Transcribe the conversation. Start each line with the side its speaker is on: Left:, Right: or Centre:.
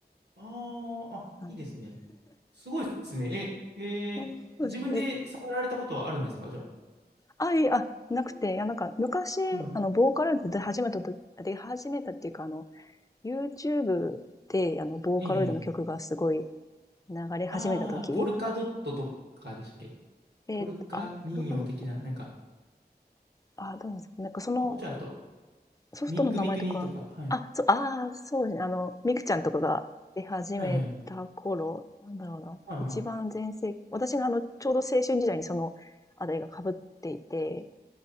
Right: ああ、あ、
Left: はい、
Right: いいですね。すごいですね。え、
Left: あそうですか。
Right: えー自分で触られたことはあるんですかじゃ
Left: え、あ、いえ、あ、なくて、いや、なんか、昔、
Right: あ。はい。
Left: あの、ボーカルで始めたと、で、始めたっていうか、あの、YouTube で、あの、ボーカロイドの曲がすごい
Right: ええええ
Left: 流れ始めたとき
Right: ああポルカドットとかでしたっけ
Left: えーあ、
Right: ポルカ民謡的な、
Left: どれか
Right: なんか、
Left: あ、あ、どうなんですかなんかその、
Right: もうちょいあと、
Left: ソフトの名前とか、
Right: ミックミクニとか、はい。
Left: あ、そう、ああ、そうですね。あの、ミクちゃんとかが出始めた頃、
Right: はいはい。
Left: なんだろうな。
Right: はいは
Left: 一番全盛期。私があの、ちょうど青春時代にその、あれが被っていて、